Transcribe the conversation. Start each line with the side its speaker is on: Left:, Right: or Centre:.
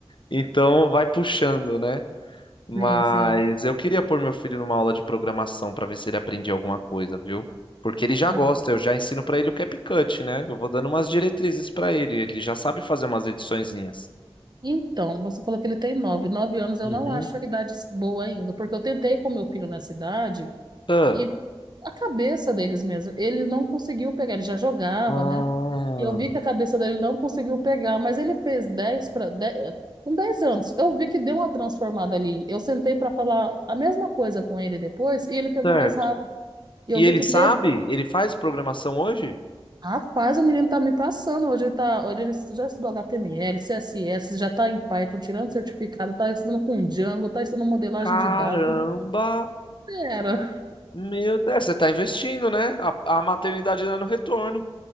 Left: então vai puxando, né? Mas
Right: Sim, sim.
Left: eu queria pôr meu filho numa aula de programação para ver se ele aprendia alguma coisa, viu? Porque ele já
Right: Cara,
Left: gosta, eu já ensino para ele o CapCut, né? Eu vou dando umas diretrizes para ele, ele já sabe fazer umas ediçõezinhas.
Right: Então, você falou que ele tem nove. Nove anos eu
Left: Uhum.
Right: não acho a idade boa ainda, porque eu tentei com meu filho nessa idade
Left: Ah,
Right: e a cabeça deles mesmo, ele não conseguiu pegar, ele já jogava,
Left: ah,
Right: né? E eu vi que a cabeça dele não conseguiu pegar, mas ele fez 10 para com 10 anos. Eu vi que deu uma transformada ali. Eu sentei para falar a mesma coisa com ele depois e ele pegou
Left: certo.
Right: mais rápido. E
Left: E
Right: eu vi
Left: ele
Right: que
Left: sabe?
Right: teve
Left: Ele faz programação hoje?
Right: Rapaz, o menino tá me passando. Hoje ele, tá, hoje ele já estudou HTML, CSS, já tá em Python, tirando certificado, tá estudando com Django, tá estudando modelagem
Left: Caramba!
Right: de dados. O Menino, tá Fera.
Left: Meu Deus, é, você tá investindo, né? A, a maternidade dando retorno.